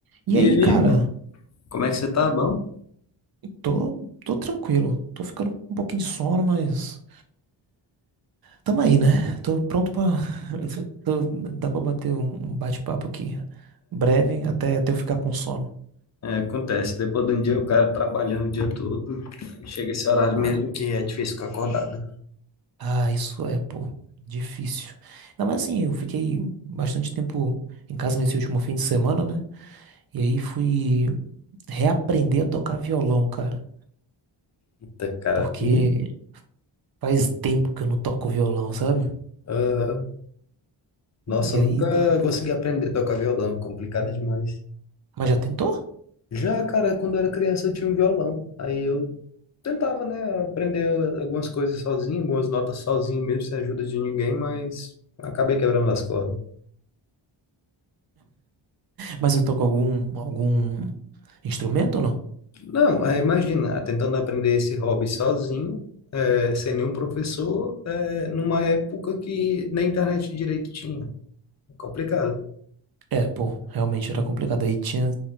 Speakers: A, on the right (about 50°); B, on the left (about 35°).
A: E
B: E
A: aí,
B: aí,
A: cara,
B: irmão, como é que você tá? Bom?
A: tô, tô tranquilo. Tô ficando com um pouquinho de sono, mas tamo aí, né? Tô pronto pra. <laughs> tô- Dá pra bater um um bate-papo aqui breve até, até eu ficar com sono.
B: É, acontece, depois de um dia o cara trabalhando o dia todo, aí chega esse horário
A: Ah,
B: mesmo que é difícil ficar acordado.
A: ah, isso é, pô, difícil. Ainda mais assim, eu fiquei bastante tempo em casa nesse último fim de semana, né? E aí fui reaprender a tocar violão, cara.
B: Eita, cara.
A: Porque
B: Hum?
A: faz tempo que eu não toco violão, sabe?
B: Ah, nossa,
A: E
B: eu
A: aí,
B: nunca
A: tá-
B: consegui aprender a tocar violão, complicado demais.
A: mas já tentou?
B: Já, cara, quando eu era criança eu tinha um violão, aí eu tentava, né, aprender algumas coisas sozinho, algumas notas sozinho mesmo, sem ajuda de ninguém, mas acabei quebrando as cordas.
A: Mas eu toco algum, algum instrumento ou não?
B: Não, é, imagina, tentando aprender esse hobby sozinho, é, sem nenhum professor, é, numa época que nem internet direito tinha. É Complicado.
A: É, pô, realmente era complicado. Aí tinha.